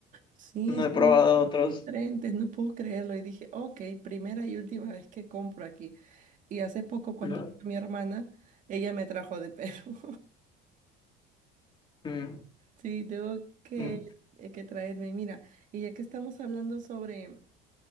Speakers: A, on the right (about 40°); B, on the left (about 25°).
A: Sí,
B: No
A: son
B: he probado otros.
A: diferentes, no puedo creerlo. Y dije, ok, primera y última vez que compro aquí. Y hace poco, cuando
B: No.
A: vino mi hermana, ella me trajo de Perú.
B: Mm,
A: Sí, tengo que,
B: mm,
A: <laughs> eh, que traerme. Mira, y ya que estamos hablando sobre,